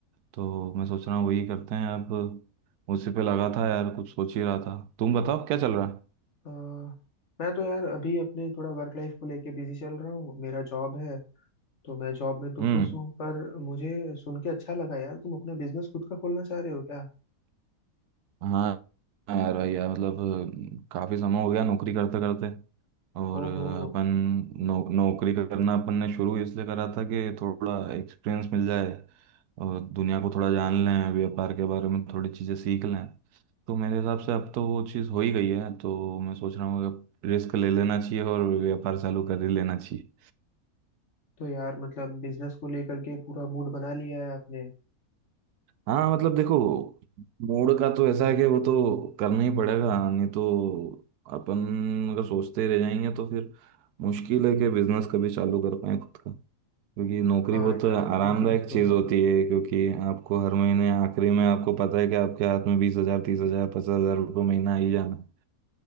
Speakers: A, on the right; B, on the left.
A: तो मैं सोच रहा हूँ वही करते हैं अब उसी पे लगा था यार कुछ सोच ही रहा था तुम बताओ क्या चल रहा है
B: अ, मैं तो यार अभी अपने थोड़ा वर्क लाइफ को लेके बिजी चल रहा हूँ मेरा जॉब है तो मैं जॉब में तो
A: हम्म
B: खुश हूँ पर मुझे सुन के अच्छा लगा यार तुम अपना बिजनेस खुद का खोलना चाह रहे हो क्या
A: हाँ हाँ यार भाई यार मतलब काफ़ी समय हो गया नौकरी करते करते और
B: ओहो
A: अपन नौ, नौकरी करना अपन ने शुरू इसलिए करा था कि थोड़ा एक्सपीरियंस मिल जाए और दुनिया को थोड़ा जान लें व्यापार के बारे में थोड़ी चीज़ें सीख लें तो मेरे हिसाब से अब तो वो चीज़ हो ही गई है तो मैं सोच रहा हूँ कि रिस्क ले लेना चाहिए और व्यापार चालू कर ही लेना चाहिए
B: तो यार मतलब बिजनेस को लेकर के पूरा मूड बना लिया है आपने
A: हाँ मतलब देखो मूड का तो ऐसा है कि वो तो करना ही पड़ेगा नहीं तो अपन अगर सोचते रह जाएंगे तो फिर मुश्किल है कि बिजनेस कभी चालू कर पाए खुद का क्योंकि नौकरी
B: हाँ
A: बहुत
B: यार
A: आरामदायक
B: ये चीज़ तो
A: चीज़
B: है
A: होती है क्योंकि आपको हर महीने आखिरी में आपको पता है कि आपके हाथ में बीस हजार तीस हजार पचास हजार रुपये महीना आ ही जाना